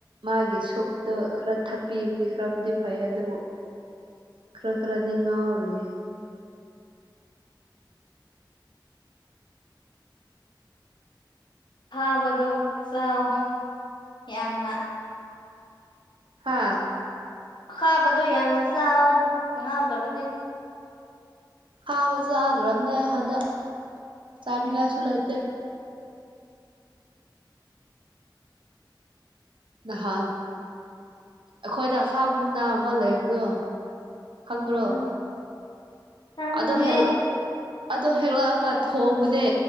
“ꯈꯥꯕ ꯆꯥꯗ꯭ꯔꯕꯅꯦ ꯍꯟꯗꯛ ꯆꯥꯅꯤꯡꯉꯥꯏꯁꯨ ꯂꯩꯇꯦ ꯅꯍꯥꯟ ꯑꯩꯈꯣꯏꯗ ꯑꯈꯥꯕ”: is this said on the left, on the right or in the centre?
Right